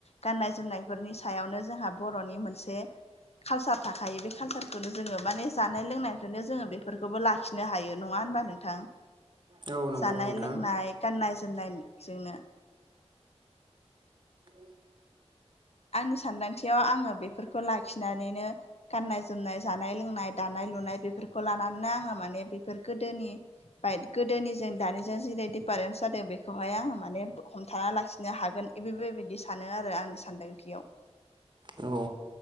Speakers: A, on the left; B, on the right.
A: गाननाय जोमनायफोरनि सायावनो जोंहा बर'नि मोनसे कालसार थाखायो बे कालसारखौनो जोङो माने जानाय लोंनायनिफ्रायनो जोङो बेफोरखौबो लाखिनो हायो नङा होनबा नोंथां
B: औ नंगौ
A: जानाय
B: नोंथां
A: लोंनाय गाननाय जोमनायजोंनो
B: औ
A: आंनि सानदांथियाव आङो बेफोरखौ लाखिनानैनो गाननाय जोमनाय जानाय लोंनाय दानाय लुनाय बेफोरखौ लानानैनो आङो माने बेफोर गोदोनि बमाय गोदोनिजों दानिजों जेरै दिडिफारेन्स जादों बेखौहाय आं माने हमथाना लाखिनो हागोन बे बेबायदि सानो आरो आंनि सान्दांथियाव
B: नोंगौ